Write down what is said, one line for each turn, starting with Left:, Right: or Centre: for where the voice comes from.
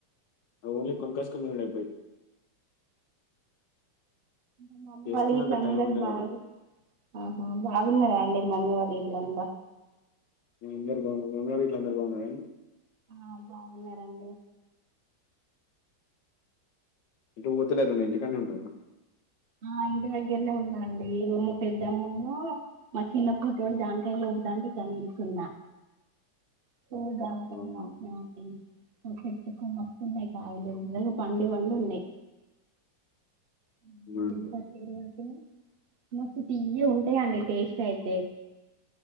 Left: ఓన్లీ కొనుకొచ్చుకొని తిను డే పోయి
Right: ఉ మమ్మీ
Left: చేసుకునేంత
Right: వాళ్ళ గిట్ల అందరు
Left: టైం ఉండదు
Right: బాగు
Left: అది
Right: ఆహా బాగున్నారా అండి మమ్మీ వాళ్ళ గిట్ల అంత
Left: మేం అందరు బాగున్నామ మీ మమ్మీ వాళ్ళ గిట్ల అందరు బాగున్నారన
Right: ఆ బాగున్నారండీ
Left: ఎటు పోతలేరుండి ఇంటికనే ఉంటాలా
Right: ఆ ఇంటి దగ్గరనే ఉన్నాండి ఈ రోజు పెద్దమ్మును మా చిన్న కూతురు జాంకాయలు తే తెంపుతా అంటే కడిగిస్తున్న
Left: <inaudible>
Right: ఫుల్లు జామకాయలు
Left: అవునా
Right: కాసినయ్యండి మా చేట్టుకు మాస్తున్నాయి కాయాలు నిజంగా పండు పండి ఉన్నాయి
Left: <inaudible>
Right: ఎవరు
Left: అవునా
Right: తెంపట్లేరు
Left: అండి?
Right: వాటిని మస్తు తీయ్యగుంటయండి టేస్ట్ అయితే